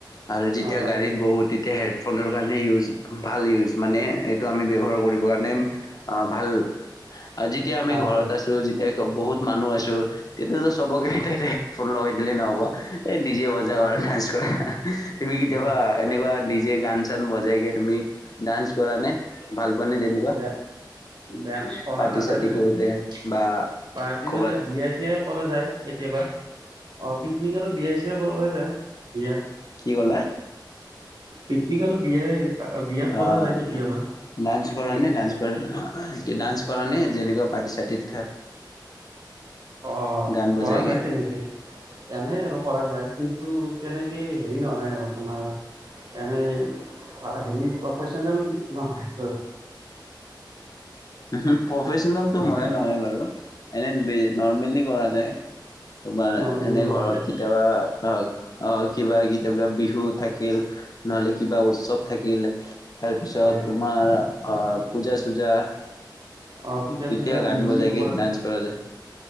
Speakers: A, on the left; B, on the right.
A: আৰু যেতিয়া
B: অ পাৰফেক্ট
A: গাড়ীত বহোঁ তেতিয়া হেডফোনৰ কাৰণে ইউজ ভাল ইউজ। মানে এইটো আমি ব্যৱহাৰ কৰিবৰ কাৰণে ভাল। আৰু যেতিয়া আমি
B: ভাল
A: ঘৰত
B: ভাল
A: আছোঁ যেতিয়া। বহুত মানুহ আছো। তেতিয়াতো চবকে হেডফোন লগাই দিলেই নহ'ব। এই ডিজে বজাও
B: হয়
A: আৰু ডান্স কৰা হা হা তুমি কেতিয়াবা
B: অ
A: এনেকুৱা নিজে গান চান। বজাইকে তুমি দাঞ্চ কৰানে ভাল মানে তেনেকুৱা
B: ডে ডেন্স কৰা
A: পাৰ্টি
B: নাযায়
A: চাৰ্টি
B: তেনেকে
A: কৰোতে বা
B: পাৰ্টি
A: ক
B: মানে
A: বাত।
B: বিয়া কৰা যায় কেতিয়াবা অ পিকনিক আৰু বিয়া চিয়াত কৰা যায়। বিয়া।
A: কি কলাঁ?
B: পিকনিক আৰু বিয়াই বিয়াত
A: আহ,
B: কৰা যায় কেতিয়াবা।
A: ডান্স কৰা নে ডান্স কৰে ডান্স কৰা নে যেনেকুৱা পাৰ্তি চাৰ্তিত।
B: অ,
A: গান বজাইকে
B: পৰা যায় তেনেকে এনে আৰু কৰা যায় কিন্তু? তেনেকে হেৰি নহয় আৰু তোমাৰ এনে হেৰি প্ৰফেচনেল নহয়।
A: উহু প্ৰফেচনেলটো ময়ো নহয় বাৰু। এনে বে নৰ্মেলি কৰা যায় তোমাৰ
B: নৰ্মেলি
A: এনেই
B: কৰা
A: ঘৰত
B: যায়।
A: কেতিয়াবা অ অ কিবা। কিবা বিহু থাকিল। নহ'লে কিবা উৎসৱ থাকিল। তাৰপিছত
B: হয়
A: তোমাৰ অ পূজা চূজা।
B: অ পূজা
A: তেতিয়া
B: চূজা
A: গান
B: বিহু
A: বজাইকে
B: চিহু
A: ডান্স কৰা যায়।